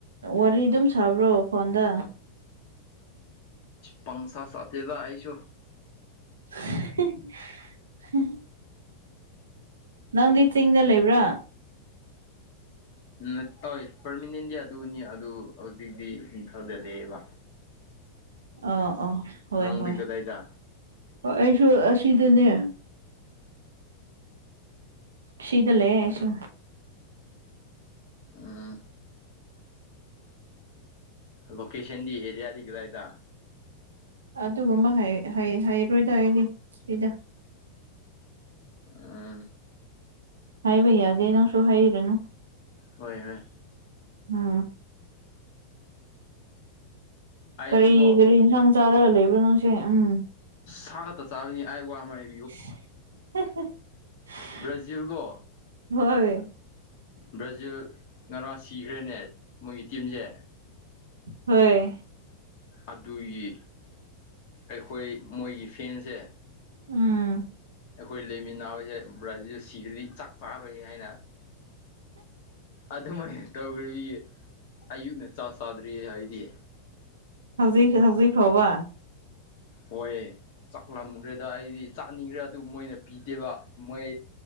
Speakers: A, on the right; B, on the left.
A: ꯋꯥꯔꯤ ꯑꯗꯨꯝ ꯁꯥꯕ꯭ꯔꯣ ꯐꯣꯟꯗ
B: ꯄꯪꯁꯥ ꯁꯥꯇꯦꯗ ꯑꯩꯁꯨ
A: <unintelligible> ꯅꯪꯗꯤ ꯆꯤꯡꯗ ꯂꯩꯕ꯭ꯔꯥ
B: ꯅꯠ ꯑꯣꯏ ꯄꯔꯃꯤꯅꯦꯟꯗꯤ ꯑꯗꯨꯅꯤ ꯑꯗꯨ ꯍꯧꯖꯤꯛꯇꯤ ꯏꯝꯐꯥꯜꯗ ꯂꯩꯌꯦꯕ
A: ꯑ ꯑꯣ ꯍꯣꯏ
B: ꯅꯪꯗꯤ
A: ꯍꯣꯏ
B: ꯀꯗꯥꯏꯗ
A: ꯑꯩꯁꯨ ꯑꯁꯤꯗꯅꯦ ꯁꯤꯗ ꯂꯩꯌꯦ ꯑꯩꯁꯨ
B: ꯎꯝ ꯂꯣꯀꯦꯁꯟꯗꯤ ꯑꯦꯔꯤꯌꯥꯗꯤ ꯀꯗꯥꯏꯗ
A: ꯑꯗꯨꯒꯨꯝꯕ ꯍꯥꯏ ꯍꯩ ꯍꯥꯏꯔꯣꯏꯗ ꯑꯩꯗꯤ ꯁꯤꯗ
B: ꯎꯝ
A: ꯍꯥꯏꯕ ꯌꯥꯗꯦ ꯅꯪꯁꯨ ꯍꯥꯏꯔꯅꯨ
B: ꯍꯣꯏ ꯍꯣꯏ
A: ꯎꯝ
B: ꯑꯩꯁꯤꯀꯣ
A: ꯀꯔꯤ ꯀꯔꯤ ꯏꯟꯁꯥꯡ ꯆꯥꯔꯒ ꯂꯩꯕ꯭ꯔꯣ ꯅꯪꯁꯦ ꯎꯝ
B: ꯁꯥ ꯈꯛꯇ ꯆꯥꯒꯅꯤ ꯑꯩ ꯋꯥꯥꯃꯩ
A: <unintelligible>
B: ꯕ꯭ꯔꯖꯤꯜꯒꯣ
A: ꯍꯣꯏ
B: ꯕ꯭ꯔꯖꯤꯜ ꯉꯔꯥꯡ ꯁꯤꯈ꯭ꯔꯦꯅꯦ ꯃꯣꯏꯒꯤ ꯇꯤꯝꯁꯦ꯫
A: ꯍꯣꯏ
B: ꯑꯗꯨꯒꯤ ꯑꯩꯈꯣꯏ ꯃꯣꯏꯒꯤ ꯐꯦꯟꯁꯦ
A: ꯎꯝ
B: ꯑꯩꯈꯣꯏ ꯂꯩꯃꯤꯟꯅꯕꯁꯦ ꯕ꯭ꯔꯥꯖꯤꯜ ꯁꯤꯈ꯭ꯔꯗꯤ ꯆꯥꯛ ꯆꯥꯔꯣꯏ ꯍꯥꯏꯅ ꯑꯗꯨꯃꯥꯏꯅ ꯇꯧꯈ꯭ꯔꯕꯤ ꯑꯌꯨꯛꯅ ꯆꯥꯛ ꯆꯥꯗ꯭ꯔꯤꯌꯦ ꯑꯩꯗꯤ꯫
A: ꯍꯧꯖꯤꯛ ꯍꯧꯖꯤꯛ ꯐꯥꯎꯕ
B: ꯍꯣꯏ ꯆꯥꯛꯂꯝꯈ꯭ꯔꯦꯗ ꯑꯩꯗꯤ ꯆꯥꯅꯤꯡꯈ꯭ꯔꯦ ꯑꯗꯨ ꯃꯣꯏꯅ ꯄꯤꯗꯦꯕ ꯃꯣꯏ